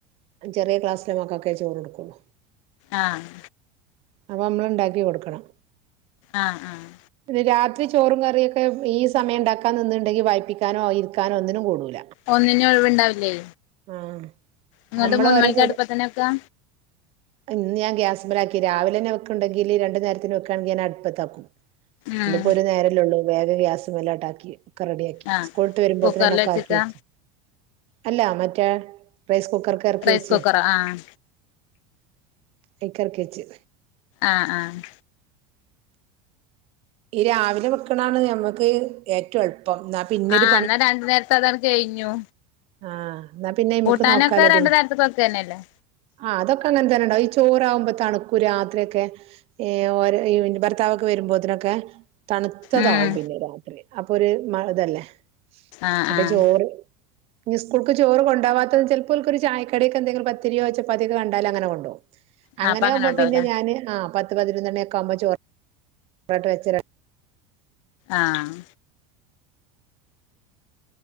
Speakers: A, on the right; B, on the left.
A: ചെറിയ ക്ലാസ്സില മക്കക്കെ ചോറ്ടുക്കുള്ളൂ
B: ആഹ്
A: അതമ്മള് ഉണ്ടാക്കി കൊടുക്കണം
B: ആഹ് ആഹ്
A: പിന്നെ രാത്രി ചോറും കറിയൊക്കെ ഈ സമയം ഉണ്ടാക്കാൻ നിന്നുണ്ടെങ്കി വായിപ്പിക്കാനോ എഴുതിക്കാനോ ഒന്നിനും കൂടൂല്ല
B: ഒന്നിനും ഒഴിവുണ്ടാവില്ലേ
A: ആഹ്
B: ഇങ്ങട്ട്
A: നമ്മള്
B: മൂന്ന്
A: അവരെ
B: മണിക്ക്
A: കൂടെ
B: അടുപ്പത്തന്നെ വെക്കാ
A: ഇന്ന്ഞൻ ഗ്യാസ് മേലാക്കി രാവിലെ ഞവുക്കുണ്ടെങ്കില് രണ്ട് നേരത്തിന് വെുക്കുവാണെങ്കില് ഞാൻ അടുപ്പത്താക്കും
B: ഉം
A: ഇന്നിപ്പോ ഒരു നേരല്ല ഉള്ളൂ വേഗ ഗ്യാസ്മേലാട്ടാക്കി ഒക്ക റെഡിയാക്കി
B: ആഹ്
A: സ്കൂൾ വിട്ട് വരുമ്പോത്തനെ
B: കുക്കറിൽ
A: ഒക്കെ
B: വെച്ചിട്ടാ
A: ആക്കിവെച്ചു അല്ല മറ്റേ റൈസ് കുക്കർക്ക് ആക്കി
B: റൈസ്
A: വെച്ച്
B: കുക്കറോ ആഹ്
A: അയ്ക്കെറക്കിവെച്ച്
B: ആഹ് ആഹ്
A: ഈ രാവിലെ വെക്കണാണ് ഞമ്മക്ക് ഏറ്റവും എളുപ്പം പിന്നൊരു
B: ആഹ് എന്നാ രണ്ടു നേരത്തെ അതാണക്ക്‌ കഴിഞ്ഞു
A: ആഹ എന്നാ പിന്നെ ഇമ്മക്ക്
B: കൂട്ടാനൊക്കെ
A: നോക്കാലോ
B: രണ്ടു
A: പിന്നെ
B: നേരത്ത്ക്ക് വെക്കന്നെല്ലേ
A: ആഹ്തൊക്കെ അങ്ങനെ തന്നെ ഉണ്ടാവ ഈ ചോറാവുമ്പോ തണുക്കൂ രാത്രിയൊക്കെ ഏർ ഓര് ഈ ഭർത്താവൊക്കെ വരുമ്പോത്തിനൊക്കെ തണുത്തതാവും
B: ഉം
A: പിന്നെ രാത്രി അപ്പൊ ഒരു മ ഇതല്ലേ
B: ആഹ്
A: അപ്പൊ
B: ആഹ്
A: ചോറ് ഇനി സ്കൂൾക്ക് ചോറ് കൊണ്ടാവാത്ത ചിലപ്പോൾക്കൊരു ചായക്കടിക്കെന്തെങ്കിലും പത്തിരിയോ ചപ്പാത്തിയൊക്കെ കണ്ടാലങ്ങനെ കൊണ്ട്പോവും
B: ആ
A: അങ്ങനെ
B: അപ്പൊ
A: ആവുമ്പോ
B: ഉണ്ടാവൂലേ
A: പിന്നെ ഞാനെ ആ പത്ത് പതിനൊന്നെണ്ണിയൊക്കെ ആവുമ്പോ ചോറായിട്ട് വെച്ച്
B: ആഹ്